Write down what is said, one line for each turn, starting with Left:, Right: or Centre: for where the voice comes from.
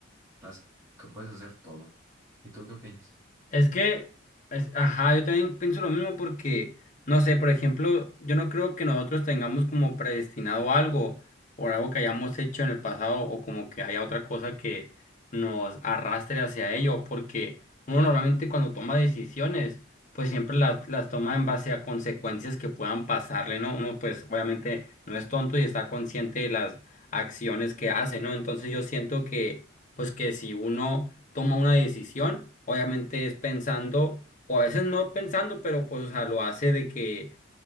Right: las, que puedes hacer todo. ¿Y tú qué opinas?
Left: Es que, es- ajá, yo también pienso lo mismo porque, no sé, por ejemplo, yo no creo que nosotros tengamos como predestinado algo por algo que hayamos hecho en el pasado o como que haya otra cosa que nos arrastre hacia ello, porque uno normalmente cuando toma decisiones, pues siempre las, las toma en base a consecuencias que puedan pasarle, ¿no? Uno pues obviamente no es tonto y está consciente de las acciones que hace, ¿no? Entonces yo siento que, pues que si uno toma una decisión, obviamente es pensando, o a veces no pensando, pero pues, o sea, lo hace de que